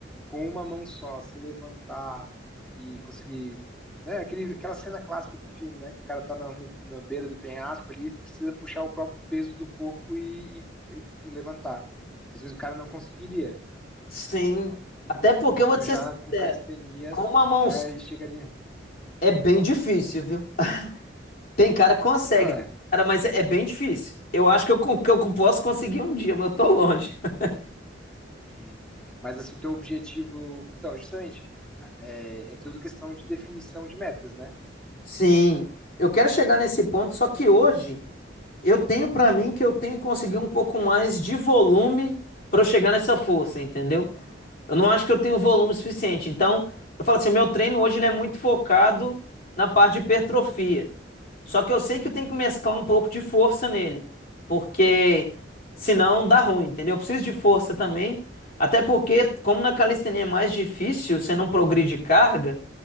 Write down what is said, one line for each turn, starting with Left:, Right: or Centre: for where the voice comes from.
Centre: com uma mão só se levantar e conseguir, né, aquele, aquela cena clássica do filme, né, que o cara tá na, no- na beira do penhasco ali, precisa puxar o próprio peso do corpo e, e- e- levantar. Às vezes o cara não conseguiria
Left: Sim. Até porque
Centre: e
Left: eu vou
Centre: tu
Left: te
Centre: já
Left: ser sincero,
Centre: com calistenias
Left: com uma mão
Centre: já
Left: só
Centre: chegaria.
Left: é bem difícil, viu? Tem cara que consegue,
Centre: Não é.
Left: cara, mas é é bem difícil. Eu acho que eu, con- que eu posso conseguir um dia, mas eu tô longe. <laughs>
Centre: Uhum. Mas assim, teu objetivo, então, justamente é, é tudo questão de definição de metas, né?
Left: Sim, eu quero chegar nesse ponto, só que hoje eu tenho pra mim que eu tenho que conseguir um pouco mais de volume pra eu chegar nessa força, entendeu? Eu não acho que eu tenho
Centre: Hum.
Left: volume suficiente. Então, eu falo assim, meu treino hoje ele é muito focado na parte de hipertrofia. Só que eu sei que eu tenho que mesclar um pouco de força nele, porque senão dá ruim, entendeu? Eu preciso de força também, até porque como na calistenia é mais difícil, você não progride carga,